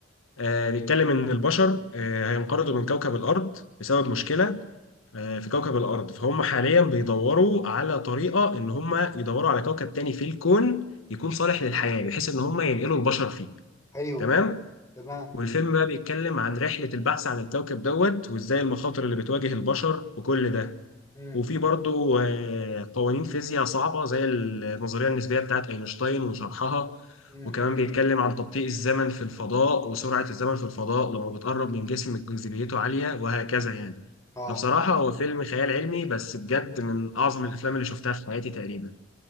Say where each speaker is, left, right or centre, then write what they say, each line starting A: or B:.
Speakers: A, on the left (about 85°); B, on the left (about 15°).
A: آه، بيتكلم ان البشر آه، هينقرضوا من كوكب الارض بسبب مشكله آه، في كوكب الارض فهم حاليا بيدوروا على طريقه ان هم يدوروا على كوكب تاني في الكون يكون صالح للحياه بحيث ان هم ينقلوا البشر فيه
B: ايوه
A: تمام
B: تمام
A: والفيلم بقى بيتكلم عن رحلة البحث عن الكوكب دوت وازاي المخاطر اللي بتواجه البشر وكل ده
B: امم
A: وفي برضو آه، قوانين فيزياء صعبة زي النظرية النسبية بتاعت أينشتاين وشرحها
B: امم
A: وكمان بيتكلم عن تبطيء الزمن في الفضاء وسرعة الزمن في الفضاء لما بتقرب من جسم جاذبيته عالية وهكذا يعني
B: اه
A: فبصراحة هو فيلم خيال علمي بس بجد من أعظم الأفلام اللي شفتها في حياتي تقريبا